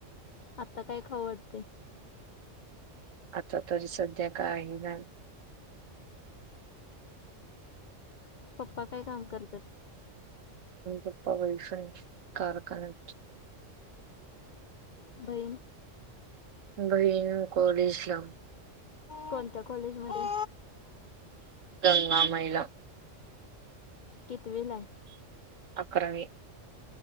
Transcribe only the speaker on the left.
आता काय खाऊ वाटतंय?
पप्पा काय काम करतात.
बहीण
कोणत्या कॉलेज मध्ये?
कितविलाय?